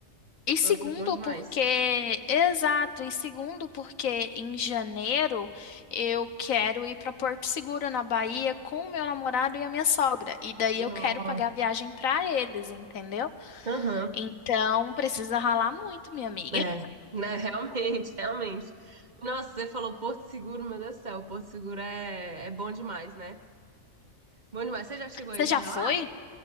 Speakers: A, on the left; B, on the right.
A: E segundo
B: Nossa, bom demais.
A: porque, exato, e segundo porque em janeiro eu quero ir para Porto Seguro, na Bahia, com o meu namorado e a minha sogra. E daí
B: Nossa.
A: eu quero pagar a viagem para eles, entendeu?
B: Aham.
A: Então precisa ralar muito, minha amiga.
B: É, né, realmente, realmente. Nossa, você falou Porto Seguro, meu Deus do céu, Porto Seguro é, é bom demais, né? Bom demais. Você já
A: <laughs>
B: chegou
A: Você
B: aí
A: já
B: pra
A: foi?
B: lá?